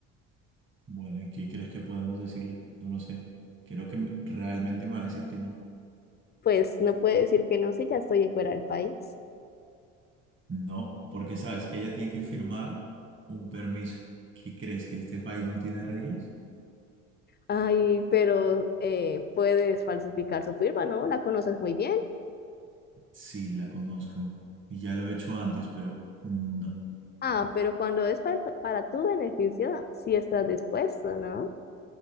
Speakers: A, on the right (about 30°); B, on the left (about 25°).
A: Bueno, ¿y qué crees que podemos decirle? No lo sé. Creo que me- realmente me va a decir que no.
B: Pues no puede decir que no si ya estoy fuera del país.
A: No, porque sabes que ella tiene que firmar un permiso. ¿Qué crees que este país no tiene reglas?
B: Ay, pero eh, puedes falsificar su firma, ¿no? La conoces muy bien.
A: Sí, la conozco. Y ya lo he hecho antes, pero no.
B: Ah, pero cuando es para, para tu beneficio, si estás dispuesto, ¿no?